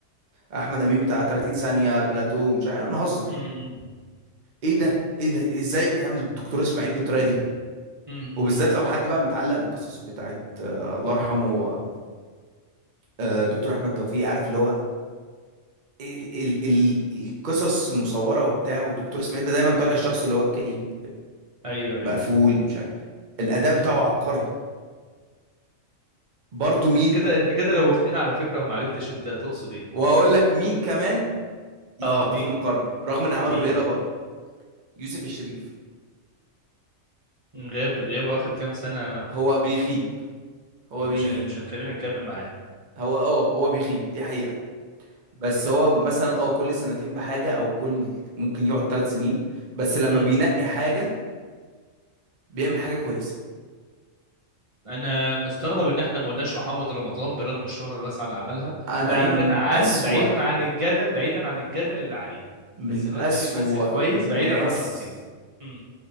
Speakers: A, on the right; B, on the right.
A: احمد امين بتاع 30 ثانية بلاتو مش عارف نهزر
B: امم
A: ايه ده ايه ده ازاي بتعمل الدكتور اسماعيل بالطريقة دي
B: امم امم
A: وبالذات لو حد بقى متعلق بالقصص بتاعت آه، الله يرحمه آه، دكتور احمد توفيق عارف اللي هو ال ال ال القصص المصوره وبتاع ودكتور اسماعيل ده دايما طالع الشخص اللي هو الكئيب
B: ايوه ايوه
A: المقفول
B: أيوة.
A: مش عارف الاداء بتاعه عبقري برضه مين
B: انت كده انت كده لو واخدين على فكرة وما عرفتش انت تقصد ايه
A: وهقول لك مين كمان يتحط
B: اه مين
A: في المقارنه رغم ان اعماله
B: مين
A: قليله برضه يوسف الشريف
B: غاب غاب اخر كام سنة
A: هو بيغيب هو
B: مش
A: بيغيب
B: هي- مش هنخلينا نكمل معاه
A: هو اه هو بيغيب دي حقيقه بس هو مثلا اه كل سنتين بحاجه او كل ممكن يقعد ثلاث سنين بس لما
B: أمم.
A: بينقي
B: <sighs>
A: حاجه بيعمل حاجة كويسة
B: انا مستغرب ان احنا ما قلناش محمد رمضان برغم الشهرة الواسعة اللي عملها
A: أنا
B: بعيدا
A: م-
B: عن
A: أسوأ
B: بعيدا عن الجدل بعيدا عن الجدل اللي عليه
A: من
B: بس الواد
A: أسوأ
B: ده بيمثل كويس
A: الناس
B: بعيدا عن شخصيته أمم.